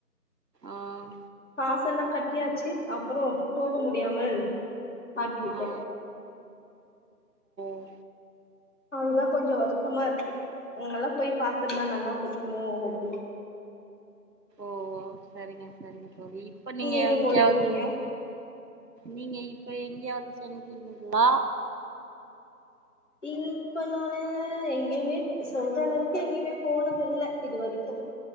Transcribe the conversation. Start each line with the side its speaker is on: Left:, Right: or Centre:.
Right: ஆஹ்
Left: காசெல்லாம் கட்டியாச்சு அப்புறம் போக முடியாமல் ஆகி விட்டது
Right: ஆ ஓ
Left: அதுதா கொஞ்சோ வருத்தமா இருக்கு அங்கெல்லா போய் பாத்திருந்தா நல்லா இருந்திருக்குமோ அப்டின்னு
Right: ஓ சரிங்க சரிங்க தோழி இப்ப நீங்க
Left: எங்க
Right: எங்கியாவது
Left: போயிட்டு இருக்கீங்க
Right: நீங்க இப்ப எங்கேயாவது சென்றீங்களா
Left: இல் இப்ப நானு எங்கேயுமே சொல்ற அளவுக்கு எங்கேயுமே போனது இல்ல இது வரைக்கு